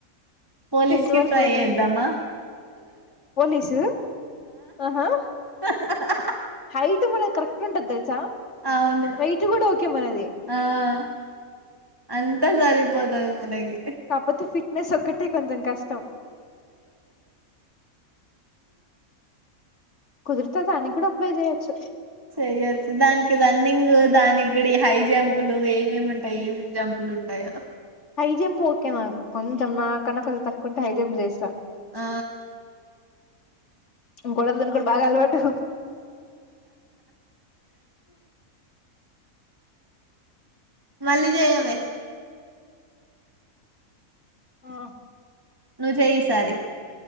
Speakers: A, on the right; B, on the left.
A: పోలీస్
B: టెన్త్
A: కి
B: వరకు
A: ట్రై
B: ఉరకలే
A: చేద్దామా
B: పోలీసు ఓహో
A: ఆహ్ ఆహ్ ఆహ్
B: హైట్ మనది కరెక్ట్ తెలుసా
A: అవును
B: వెయిట్ కూడా ఓకే మనది
A: ఆ అం అంత సరిపోతది మనకి
B: కాకపోతే ఫిట్నెస్ ఒక్కటే కొంచెం కష్టం కుదురితే దానికి కూడా అప్లై చేయొచ్చు
A: చెయొచ్చు దానికి రన్నింగ్ దానికుడి హై జంపులు ఏమేమి ఉంటాయి ఉంటాయి గదా
B: హైజంప్ ఓకే నాకు కొంచెం నాకన్నా కొంచెం తక్కువుంటే హైజంప్ చేస్తా
A: ఆ
B: గోడలు దూనుకుడు బాగా అలవాటు
A: మళ్లి చేయవే
B: ఆ
A: నువ్వు చేయి ఈసారి